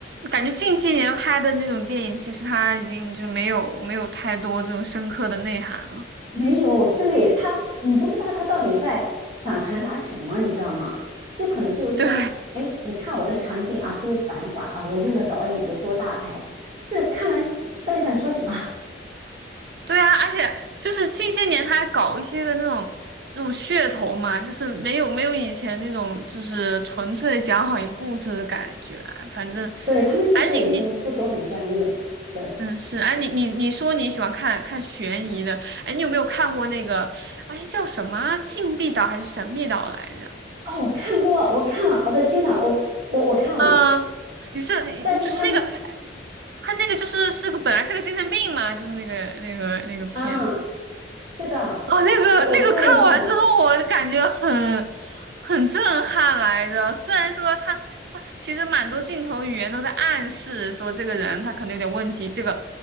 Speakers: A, on the right; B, on the right.
A: 感觉近些年拍的那种电影，其实它已经就没有没有太多这种深刻的内涵了。
B: 没有，对，他，你不知道他到底在想传达什么，你知道吗？就可能就是说，
A: <laughs> 对，
B: 哎，你看我的场景啊，多繁华啊，我用的导演有多大牌，这看完到底想说什么？<laughs>
A: 对啊，而且就是近些年他还搞一些个那种那种噱头嘛，就是没有没有以前那种就是纯粹的讲好一个故事的感觉啊。反正，
B: 对，他们就是已经不走很专业。
A: 哎，你你
B: 对，
A: 嗯是哎你你你说你喜欢看看悬疑的，哎，你有没有看过那个哎叫什么啊禁闭岛还是神秘岛来着？
B: 哦，我看过，我看了，我的天呐，我我我看了，
A: 嗯、你是你你就是那个哎
B: 但是他们
A: 他那个就是是个本来是个精神病嘛，就是那个那个那个片子。
B: 啊，是的，
A: 哦，那个那个看完之后，
B: 我我看了一下，
A: 我感觉很很震撼来着。虽然说他他其实蛮多镜头语言都在暗示说这个人他可能有点问题，这个